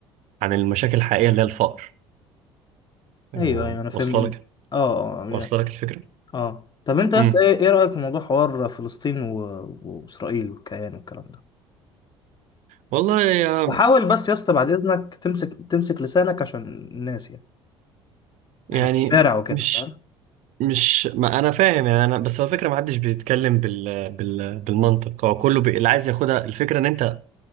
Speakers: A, on the right (about 60°); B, on the left (about 30°).
A: عن المشاكل الحقيقية اللي هي الفقر آم،
B: ايوه ايوه انا
A: واصله
B: فاهم
A: لك
B: اه اه
A: واصله
B: يعني-
A: لك الفكره
B: اه طب انت يا
A: امم
B: اسطى ايه إيه رايك في موضوع حوار فلسطين و... واسرائيل والكيان والكلام ده
A: والله يا-
B: وحاول بس يا اسطى بعد اذنك تمسك تمسك لسانك عشان الناس يعني
A: يعني
B: احنا في الشارع وكده
A: مش
B: فاهم
A: مش ما انا فاهم يعني انا بس هو الفكره ما حدش بيتكلم بال... بال... بالمنطق هو كله بي... اللي عايز ياخدها الفكره ان انت